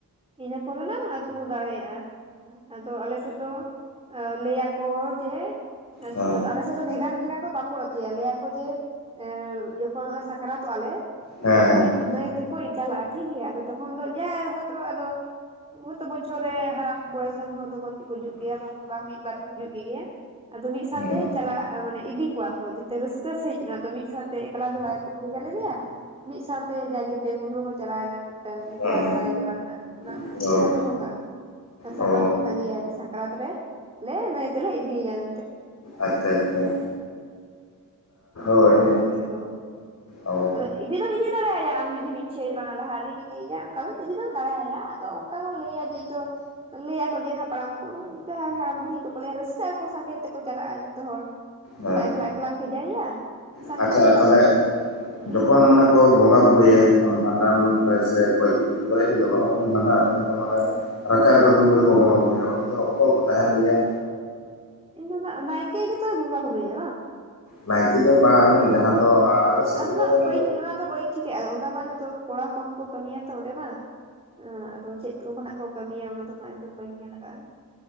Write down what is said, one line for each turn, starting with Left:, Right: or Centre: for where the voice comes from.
Right: ᱤᱱᱟᱹ ᱯᱚᱨᱮᱱᱟᱢ ᱟᱹᱛᱩ ᱫᱟᱲᱮᱭᱟᱜᱼᱟ ᱟᱫᱚ ᱟᱞᱮ ᱥᱮᱫ ᱫᱚ ᱞᱟᱹᱭ ᱟᱠᱚ ᱡᱮ
Left: ᱦᱮᱸ
Right: ᱟᱫᱚ ᱟᱫᱚ ᱵᱷᱮᱜᱟᱨ ᱵᱷᱮᱜᱟᱨ ᱫᱚ ᱵᱟᱠᱚ ᱟᱹᱛᱩᱭᱟ ᱞᱮᱭᱟ ᱠᱚ ᱡᱮ ᱮ ᱡᱚᱠᱷᱚᱱ ᱥᱟᱠᱨᱟᱛᱚᱜ ᱟᱞᱮ
Left: ᱦᱮᱸ ᱦᱮᱸ
Right: ᱛᱚᱠᱷᱚᱡ
Left: ᱦᱮᱸ
Right: ᱱᱟᱹᱭ ᱛᱮᱠᱚ ᱪᱟᱞᱟᱜᱼᱟ ᱴᱷᱤᱠ ᱜᱮᱭᱟ ᱟᱫᱚ ᱛᱚᱠᱷᱚᱱ ᱫᱚ ᱡᱟᱭ ᱦᱚᱭᱛᱚ ᱟᱫᱚ ᱱᱚᱜᱼᱚᱭ ᱛᱚ ᱵᱚᱪᱷᱚᱨ ᱨᱮ ᱦᱟᱲᱟᱢ ᱵᱚᱭᱮᱥᱟᱱ ᱦᱚᱲ ᱫᱚᱠᱚ ᱜᱩᱡᱩᱜ ᱜᱮᱭᱟ ᱵᱟᱝ ᱵᱟᱝ ᱢᱤᱫᱵᱟᱨ ᱠᱚ ᱜᱩᱡᱩᱜ ᱜᱮ ᱜᱮᱭᱟ᱾ ᱟᱫᱚ ᱢᱤᱫ ᱥᱟᱶᱛᱮ
Left: ᱦᱮᱸ
Right: ᱪᱟᱞᱟᱜ ᱢᱟᱱᱮ ᱤᱫᱤ ᱠᱚᱣᱟ ᱠᱚ᱾ ᱨᱟᱹᱥᱠᱟᱹ ᱥᱟᱹᱦᱤᱡᱽ ᱚᱱᱟ ᱫᱚ ᱢᱤᱫ ᱥᱟᱶᱛᱮ ᱮᱠᱞᱟ ᱫᱚ ᱵᱟ ᱠᱚ ᱵᱷᱮᱡᱟ ᱞᱮᱫᱮᱭᱟ ᱢᱤᱫ ᱥᱟᱶ ᱡᱟᱜᱮ ᱯᱮ ᱯᱩᱱ ᱦᱚᱲ ᱠᱚ ᱪᱟᱞᱟᱣᱮᱱᱟ᱾ ᱴᱟᱝ ᱮᱠᱞᱟ
Left: ᱦᱮᱸ ᱦᱮᱸ
Right: ᱫᱚ ᱵᱟᱭ ᱪᱟᱞᱟᱣ ᱞᱮᱱᱟ ᱚᱱᱟ
Left: ᱦᱮᱸ
Right: ᱠᱷᱟᱹᱛᱤᱨ ᱠᱚ ᱫᱚᱦᱚ ᱠᱟᱜᱼᱟ
Left: ᱚ
Right: ᱥᱟᱠᱨᱟᱛ ᱠᱚ ᱛᱟᱸᱜᱤᱭᱟ ᱡᱮ ᱥᱟᱠᱟ ᱥᱟᱠᱨᱟᱛ ᱨᱮ ᱞᱮ ᱱᱟᱹᱭᱛᱮ ᱞᱮ ᱤᱫᱤᱭᱭᱟ ᱢᱮᱱᱛᱮ ᱾
Left: ᱟᱪᱪᱷᱟ ᱟᱪᱪᱷᱟ ᱦᱳᱭ
Right: ᱚᱱᱮ ᱚᱱᱠᱟ ᱟᱞᱮ ᱥᱮᱫ ᱫᱚ
Left: ᱚ
Right: ᱟᱫᱚ ᱤᱫᱤ ᱫᱚᱢ ᱤᱫᱤ ᱫᱟᱲᱮᱭᱟᱭᱟ ᱟᱢ ᱡᱩᱫᱤᱢ ᱤᱪᱷᱟᱹᱭᱟ ᱵᱟᱝ ᱞᱟᱦᱟ ᱨᱮᱜᱤᱧ ᱤᱫᱤᱭᱮᱭᱟ ᱚᱱᱠᱟᱢ ᱤᱫᱤ ᱫᱚᱢ ᱫᱟᱲᱭᱟᱭᱟ ᱟᱫᱚ ᱚᱱᱠᱟ ᱠᱚ ᱞᱟᱹᱭᱟ ᱡᱮ ᱤᱧ ᱫᱚ ᱞᱟᱹᱭᱟᱠᱚ ᱡᱮ ᱦᱟᱯᱲᱟᱢ ᱡᱟᱦᱟᱸ ᱦᱟᱲᱟᱢ ᱵᱩᱲᱦᱤ ᱠᱚᱠᱚ ᱞᱟᱹᱭᱟ ᱨᱟᱹᱥᱠᱟᱹᱜ ᱟᱠᱚ ᱥᱟᱸᱜᱮ ᱛᱮᱠᱚ ᱪᱟᱞᱟᱜᱼᱟ ᱡᱚᱛᱚ ᱦᱚᱲ
Left: ᱦᱮᱸ
Right: ᱪᱮᱫᱟᱜ ᱮᱠᱞᱟ ᱮᱠᱞᱟᱢ ᱵᱷᱮᱡᱟᱭᱮᱭᱟ ᱥᱟᱸᱜᱮ
Left: ᱟᱪᱪᱷᱟ
Right: ᱠᱚ ᱪᱟᱞᱟᱜ
Left: ᱛᱟᱦᱚᱞᱮ
Right: ᱠᱷᱟᱱ ᱫᱚ ᱴᱷᱤᱠ ᱜᱮᱭᱟ ᱦᱩᱸ
Left: ᱡᱚᱠᱷᱚᱱ ᱢᱟᱱᱮ ᱠᱚ ᱵᱚᱸᱜᱟ ᱵᱩᱨᱩᱭᱟ ᱡᱚᱠᱷᱚᱱ ᱵᱷᱟᱰᱟᱱ ᱨᱮ ᱥᱮ ᱜᱚᱡ ᱜᱚᱡ ᱨᱮ
Right: ᱦᱮᱸ
Left: ᱫᱚ ᱵᱟᱝ ᱢᱟᱱᱮ <unintelligible> ᱨᱮ ᱡᱚᱠᱷᱚᱡ ᱚᱸᱰᱮᱼᱼ
Right: ᱦᱮᱸ
Left: ᱨᱟᱪᱟ ᱨᱮ ᱠᱚ ᱫᱩᱲᱩᱵ ᱠᱟᱛᱮ ᱠᱚ ᱵᱚᱸᱜᱟ ᱵᱩᱨᱩᱭᱟ ᱚᱸᱰᱮ ᱫᱚ ᱚᱠᱚᱭ ᱠᱚ ᱛᱟᱸᱦᱮᱱ ᱜᱮᱭᱟ
Right: ᱤᱧ <unintelligible> ᱱᱟᱭᱠᱮ ᱜᱮᱛᱚᱭ ᱵᱚᱸᱜᱟ ᱵᱩᱨᱩᱭᱟ ᱵᱟᱝᱼᱼ
Left: ᱱᱟᱭᱠᱮ ᱫᱚ ᱵᱟᱝ ᱡᱟᱦᱟᱸ ᱫᱚ ᱥᱮᱫ
Right: ᱟᱫᱚ
Left: ᱡᱮᱢᱚᱱ
Right: ᱫᱚ ᱵᱟᱹᱧ ᱚᱱᱟ ᱫᱚ ᱵᱟᱹᱧᱼᱼ ᱴᱷᱤᱠᱮᱜ-ᱟ ᱟᱫᱚ ᱚᱸᱰᱮ ᱢᱟ ᱡᱷᱚᱛᱚ ᱠᱚᱲᱟ ᱦᱚᱯᱚᱱ ᱠᱚ ᱠᱟᱹᱢᱤᱭᱟ ᱛᱚ ᱚᱸᱰᱮ ᱢᱟ ᱟᱫᱚ ᱪᱮᱫ ᱠᱚ ᱠᱚ ᱱᱟᱜ ᱠᱚ ᱠᱟᱹᱢᱤᱭᱟ ᱚᱱᱟ ᱫᱚ ᱱᱟᱜ ᱤᱧ ᱫᱚ ᱵᱟᱹᱧ ᱧᱮᱞ ᱠᱟᱜᱼᱟ ᱾